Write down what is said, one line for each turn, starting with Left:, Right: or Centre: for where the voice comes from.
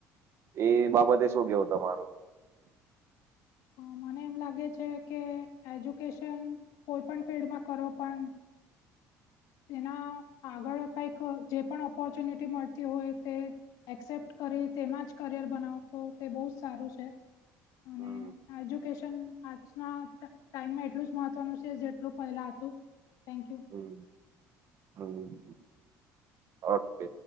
Right: એ બાબતે શું કેવું તમારું?
Left: હ મને એમ લાગે છે કે એજ્યુકેશન કોઈ પણ ફિલ્ડમાં કરો પણ
Right: <inaudible>
Left: એના આગળ કઈક જે પણ ઓપોર્ચ્યુનિટી મળતી હોય તે એક્સેપ્ટ કરી તેમાં જ કરિયર બનાવતો તે બહુ જ સારું છે અને
Right: હમ
Left: એજ્યુકેશન આજના ટાઈમમાં એટલું જ મહત્વનું છે જેટલું પહેલા હતું thank you.
Right: Hmm hmm okay